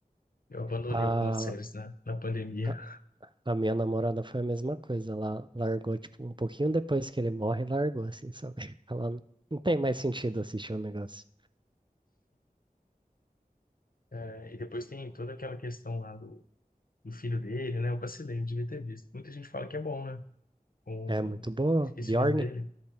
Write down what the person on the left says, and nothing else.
Eu abandonei
algumas séries na, na pandemia.
É, e depois tem toda aquela questão lá do do filho dele, né? Eu vacilei, eu devia ter visto. Muita gente fala que é bom, né? Com...
Esqueci
o nome dele.